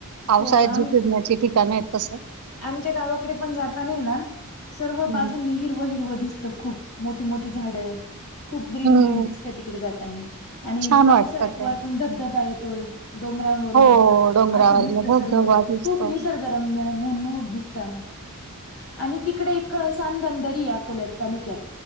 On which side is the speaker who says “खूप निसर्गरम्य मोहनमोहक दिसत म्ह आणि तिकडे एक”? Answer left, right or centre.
Left